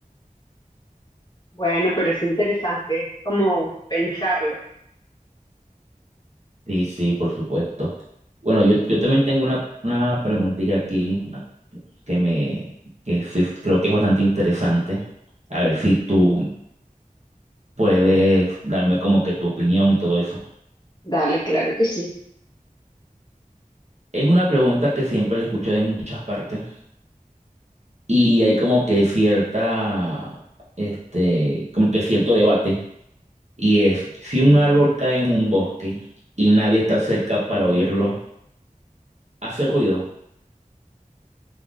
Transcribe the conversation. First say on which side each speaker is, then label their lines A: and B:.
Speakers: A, on the left; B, on the right.
A: Bueno, pero es interesante como pensarlo.
B: Sí, sí, por supuesto. Bueno, yo, yo también tengo una, una preguntita aquí que me que sí creo que es bastante interesante. A ver si tú puedes darme como que tu opinión y todo eso.
A: Dale, claro que sí.
B: Es una pregunta que siempre la escucho de muchas partes y hay como que cierta, este, como que cierto debate. Y es, si un árbol cae en un bosque y nadie está cerca para oírlo, ¿hace ruido?